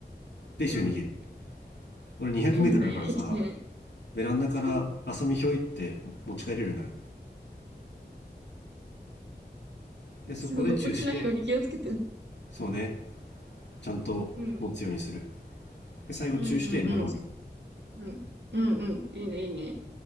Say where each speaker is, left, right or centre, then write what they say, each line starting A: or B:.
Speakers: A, on the left; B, on the right.
A: で一緒に逃げる
B: うん
A: 俺 200m
B: いいね。
A: だからさ
B: いいね。
A: ベランダから浅見ひょいって持ち帰れるのよ。
B: <laughs>
A: で、そこでチューして、
B: そう、落ちないように気をつけて。
A: そうね、ちゃんと持つようにする。
B: うん。
A: で、最後チューしてノロール。
B: うんうんうん。うん。うんうん。いいね。いいね。